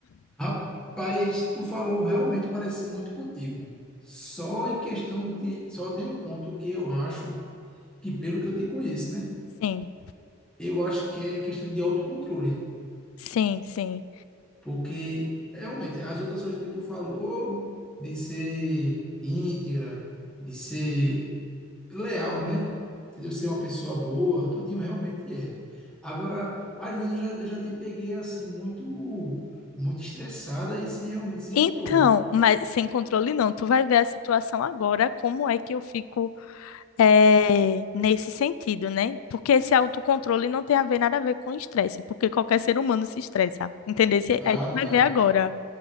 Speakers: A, in the centre; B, on the left (about 80°).
A: Rapaz, tu falou realmente parece muito contigo. Só em questão de. Só tem um ponto que eu acho que, pelo que eu te conheço, né?
B: Sim,
A: Eu acho que é questão de autocontrole.
B: sim, sim.
A: Porque, realmente, as outras coisas que tu falou, de ser íntegra, de ser leal, né? Entendeu? Ser uma pessoa boa, tudinho realmente é. Agora, às vezes eu já, eu já te peguei assim, muito, muito estressada e se realmente sem
B: Então,
A: controle.
B: mas sem controle não, tu vai ver a situação agora, como é que eu fico eh, nesse sentido, né? Porque esse autocontrole não tem a ver nada a ver com estresse, porque qualquer ser humano se estressa, entendeu?
A: Ah,
B: Aí tu vai
A: tá.
B: ver agora.